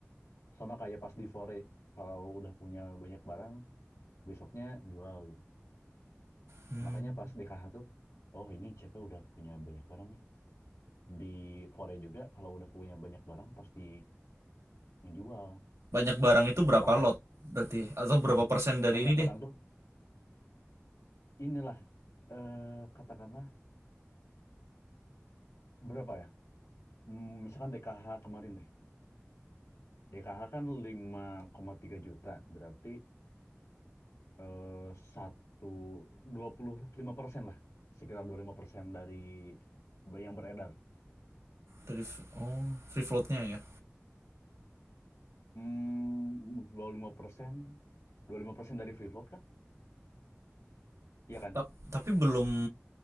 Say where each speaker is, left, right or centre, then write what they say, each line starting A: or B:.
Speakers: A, on the left; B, on the right.
A: Sama kayak pas di Fore, kalau udah punya banyak barang, besoknya jual gitu.
B: Hmm.
A: Makanya pas di KH tuh, oh ini CP udah punya banyak barang nih. Di Fore juga kalau udah punya banyak barang pasti ngejual.
B: Banyak barang itu berapa
A: Oke.
B: lot berarti atau berapa
A: Nah,
B: persen dari
A: banyak
B: ini
A: barang
B: deh?
A: tuh inilah eh, katakanlah berapa ya? Hmm, Misalkan DKH kemarin deh. DKH kan 5,3 juta, berarti eh, satu 25 persen lah, sekitar 25 persen dari yang beredar.
B: Dari f- oh, free floatnya ya.
A: Hmm, 25 persen, 25 persen dari free float kah? Iya kan?
B: Ta- tapi belum